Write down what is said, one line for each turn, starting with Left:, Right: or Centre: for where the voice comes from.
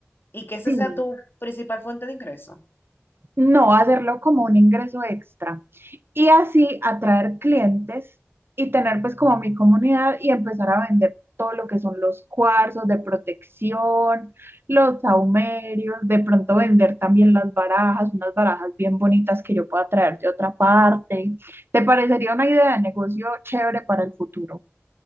Left: y que ese
Right: Sí.
Left: sea tu principal fuente de ingreso.
Right: No hacerlo como un ingreso extra. y así atraer clientes y tener pues como mi comunidad y empezar a vender todo lo que son los cuarzos de protección, los saumerios, de pronto vender también las barajas, unas barajas bien bonitas que yo pueda traer de otra parte. ¿Te parecería una idea de negocio chévere para el futuro?